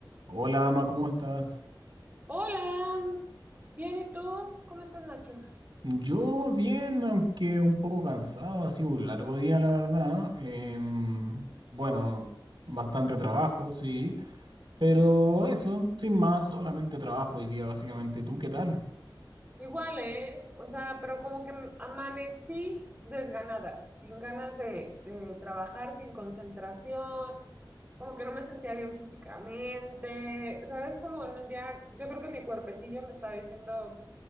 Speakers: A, on the right (about 75°); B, on the right (about 20°).
A: Hola, Ama, ¿cómo estás?
B: Hola, bien, ¿y tú? ¿Cómo estás, Nacho?
A: Yo bien, aunque un poco cansado, ha sido un largo día, la verdad. Em, bueno, bastante trabajo, sí, pero eso, sin más, solamente trabajo hoy día, básicamente. ¿Tú qué tal?
B: Igual, ¿eh? O sea, pero como que amanecí desganada, sin ganas de, de trabajar, sin concentración, como que no me sentía bien físicamente, ¿sabes? Como en un día, yo creo que mi cuerpecillo me está diciendo,